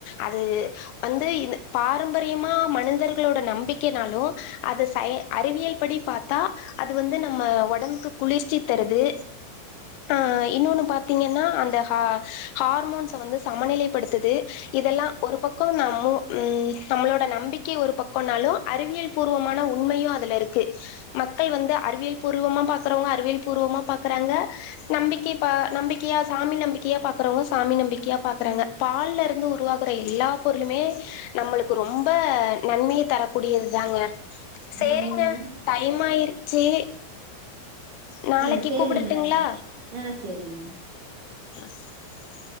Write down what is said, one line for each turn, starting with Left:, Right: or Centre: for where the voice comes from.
Left: அது வந்து இந்த பாரம்பரியமா மனிதர்களோட நம்பிக்கைனாலு அது சை அறிவியல் படி பாத்தா அது வந்து நம்ம ஒடம்புக்கு குளிர்ச்சி தருது ஆ இன்னொன்னு பாத்தீங்கன்னா அந்த ஹா ஹார்மோன்ஸ வந்து சமநிலைப்படுத்துது இதெல்லா ஒரு பக்க நம்மு உம் நம்மளோட நம்பிக்கை ஒரு பக்கனாலு அறிவியல் பூர்வமான உண்மையு அதுல இருக்கு மக்கள் வந்து அறிவியல் பூர்வமா பாக்குறவங்க அறிவியல் பூர்வமா பாக்கறாங்க நம்பிக்கை பா நம்பிக்கையா சாமி நம்பிக்கையா பாக்குறவங்க சாமி நம்பிக்கையா பாக்கறாங்க பால்ல இருந்து உருவாகுற எல்லாப் பொருளுமே நம்மளுக்கு ரொம்ப நன்மைத் தரக்கூடியது தாங்க சேரிங்க
Right: ஆமாங்க
Left: டைமாயிருச்சி நாளைக்கு
Right: ஆ சேரிங்க
Left: கூப்டுட்டுங்களா.
Right: ஆ செரிங்
Left: <inaudible>